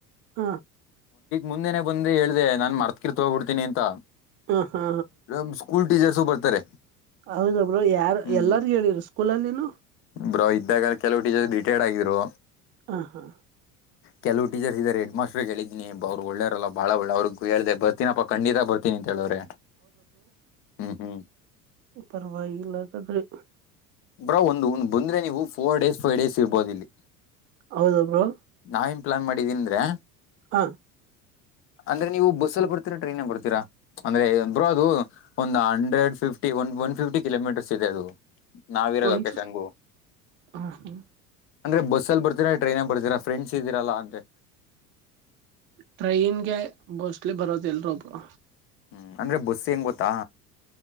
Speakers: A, on the right; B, on the left.
A: ಹ
B: ಮುಂದೆನೆ ಬಂದಿ ಹೇಳ್ದೇ ನಾನ್ ಮರ್ತ್ ಗಿರ್ತ್ ಹೋಗ್ಬಿಡ್ತೀನಿ ಅಂತ
A: ಹಾ ಹಾ
B: ನಮ್ ಸ್ಕೂಲ್ ಟೀಚರ್ಸು ಬರ್ತಾರೆ.
A: ಹೌದ ಬ್ರೊ ಯಾರ್
B: ಹ್ಮ್
A: ಎಲ್ಲಾರ್ ಹೇಳಿರ ಸ್ಕೂಲಲ್ಲಿನು.
B: ಬ್ರೋ ಇದ್ದಾಗ ಕೆಲವು ಟೀಚರ್ ರಿಟೈರ್ಡ್ ಆಗಿದ್ರು.
A: ಹಾ ಹಾ
B: ಕೆಲವು ಟೀಚರ್ ಇದಾರೆ ಹೆಡ್ ಮಾಸ್ಟರುಗ್ ಹೇಳಿದಿನಿ ಅವರು ಒಳ್ಳೇರಲ್ಲ ಬಾಳ ಒಳ್ಳೆವ್ರು ಅವ್ರಗ್ ಹೇಳ್ದೆ ಬರ್ತೀನಪ್ಪ ಖಂಡಿತ ಬರ್ತೀನಿಂತ. ಹೇಳವ್ರೆ ಹ್ಮ್ ಹ್ಮ್.
A: ಪರ್ವಾಗಿಲ್ಲ ಅಂತಂದ್ರೆ.
B: ಬ್ರೋ ಒಂದುಂದು ಬಂದ್ರೆ ನೀವು ಫೋರ್ ಡೇಸ್ ಫೈವ್ ಡೇಸ್ ಇರ್ಬೋದು ಇಲ್ಲಿ.
A: ಹೌದಬ್ರೋ.
B: ನಾವೇನ್ ಪ್ಲಾನ್ ಮಾಡಿದೀನಂದ್ರೇ.
A: ಹ
B: ಅಂದ್ರೆ ನೀವು ಬಸ್ಸಲ್ಲಿ ಬರ್ತೀರಾ ಟ್ರೈನಲ್ ಬರ್ತೀರಾ ಅಂದ್ರೆ ಬ್ರೋ, ಅದು. ಒಂದು ಹಂಡ್ರೆಡ್ ಫಿಫ್ಟಿ ಒ ಒನ್ ಫಿಫ್ಟಿ ಕಿಲೋಮೀಟರ್ಸ್ ಇದೆ ಅದು. ನಾವಿರೋ
A: ಒಂದ್
B: ಲೊಕೇಶನ್ಗೂ.
A: ಹಾ ಹಾ
B: ಅಂದ್ರೆ ಬಸ್ಸಲ್ಲಿ ಬರ್ತೀರಾ ಟ್ರೈನಲ್ಲಿ ಬರ್ತೀರಾ ಫ್ರೆಂಡ್ಸ್ ಇದ್ದೀರಲ್ಲ ಅಂದೆ.
A: ಟ್ರೈನ್ಗೆ ಮೋಸ್ಟ್ಲಿ ಬರೋದ ಎಲ್ರು ಬ್ರೋ.
B: ಹ್ಮ್ ಅಂದ್ರೆ ಬಸ್ ಹೆಂಗ್ ಗೊತ್ತಾ